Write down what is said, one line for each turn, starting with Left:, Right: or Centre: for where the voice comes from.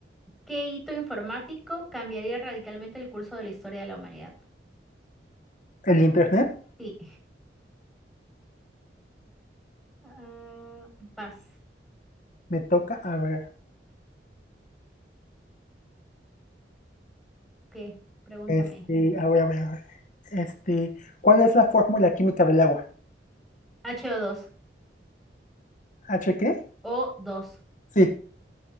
Centre: ¿qué hito informático cambiaría radicalmente el curso de la historia de la humanidad?
Left: ¿El internet?
Centre: Sí. Ah, vas.
Left: Me toca, a ver.
Centre: ¿Qué? Pregúntame.
Left: Este, a ver, a ver, a ver. Este, ¿cuál es la fórmula química del agua?
Centre: H O dos
Left: ¿H qué?
Centre: o dos
Left: Sí,